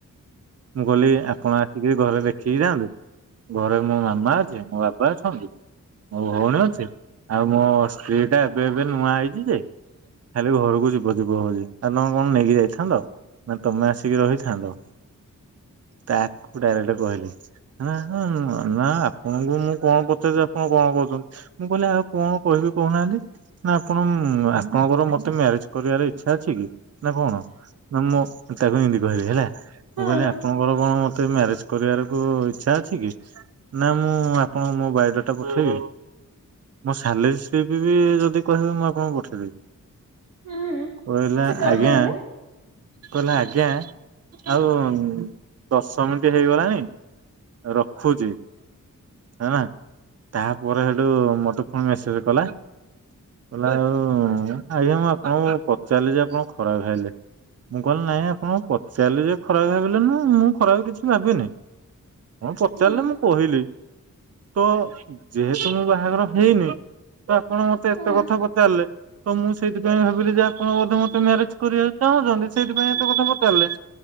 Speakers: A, on the right; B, on the right.
A: ମୁଁ କହଲି ଆପଣ ଆସିକିରି ଘରେ ଦେଖିକି ଯାଆନ୍ତୁ। ଘରେ ମୋ ମାମା ଅଛି ମୋ ବାପା ଅଛନ୍ତି। ମୋ ଭଉଣୀ ଅଛି ଆଉ ମୋ ସ୍ତ୍ରୀ ଟା ଏବେ ଏବେ ନୂଆ ଆଇଚି ଯେ ଖାଲି ଘରକୁ ଯିବ ଯିବ ହଉଛି ଆଉ ତମେ କଣ ନେଇକି ଯାଇଥାନ୍ତ ନା ତମେ ଆସିକି ରହିଥାନ୍ତ। ତାକୁ ଡାଇରେକ୍ଟ କହିଲି। <unintelligible> ନା ଆପଣଙ୍କୁ ମୁଁ କଣ ପଚାରୁଛି ଆପଣ କଣ କହୁଛନ୍ତି। ମୁଁ କହିଲି ଆଉ କଣ କହିବି କହୁନାହାନ୍ତି ନା ଆପଣ ଆପଣଙ୍କର ମତେ ମ୍ୟାରେଜ କରିବାର ଇଚ୍ଛା ଅଛି କି? ନା କଣ ନା ମୁଁ ତାକୁ ଏନ୍ତି କହିଲି ହେଲା ମୁଁ
B: ଆଁ
A: କହିଲି ଆପଣଙ୍କର କଣ ମତେ ମ୍ୟାରେଜ କରିବାରକୁ ଇଚ୍ଛା ଅଛି କି ନା ମୁଁ ଆପଣ ମୋ ବାଇଓ ଡାଟା ପଠେଇବି। ମୋ ସାଲେରୀ ସିପ୍ ବି ଯଦି କହିବେ ମୁଁ ଆପଣଙ୍କୁ ପଠେଇଦେବି।
B: ହଁ ହୁଁ।
A: କହିଲା
B: ସେ କଣ
A: ଆଜ୍ଞା।
B: କହିଲେ
A: କହିଲା ଆଜ୍ଞା ଆଉ ଦଶ ମିଣ୍ଟି ହେଇଗଲାଣି। ରଖୁଛି। ହେଲା ତାପରେ ହେଠୁ ମତେ ଫୁଣି ମେସେଜେ କଲା। କଲା ଆଉ ଆଜ୍ଞା ମୁଁ ଆପଣଙ୍କୁ ପଚାରିଲି ଯେ ଆପଣ ଖରାପ ଭାବିଲେ। ମୁଁ କହିଲି ନାଇଁ ଆପଣ ପଚାରିଲେ ଯେ ଖରାପ ଭାବିଲେ ନୁହେଁ ମୁଁ ଖରାପ କିଛି ଭାବିନି। କଣ ପଚାରିଲେ
B: ହୁଁ
A: ମୁଁ କହିଲି ତ ଯେହେତୁ ମୋ ବାହାଘର ହେଇନି ତ ଆପଣ ମତେ
B: ହୁଁ
A: ଏତ କଥା ପଚାରିଲେ। ତ ମୁଁ ସେଇଥିପାଇଁ ଭାବିଲି ଯେ ଆପଣ ବୋଧେ ମତେ ମ୍ୟାରେଜ କରିବାକୁ ଚାହୁଁଛନ୍ତି ସେଇଥିପାଇଁ ଏତେ କଥା ପଚାରିଲେ।